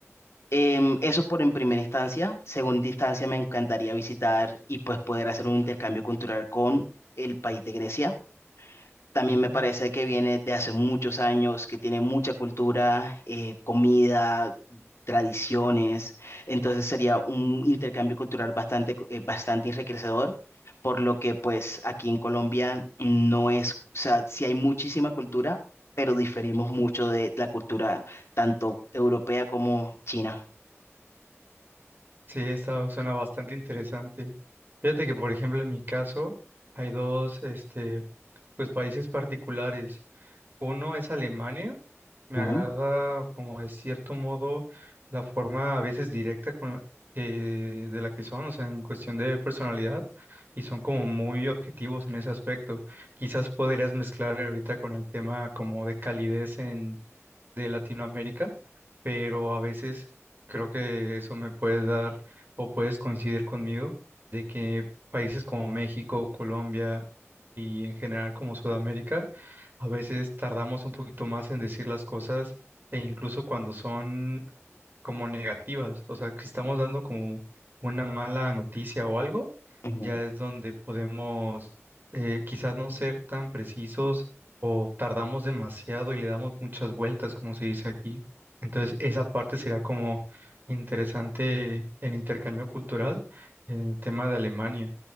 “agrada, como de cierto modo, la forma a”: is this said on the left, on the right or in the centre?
Right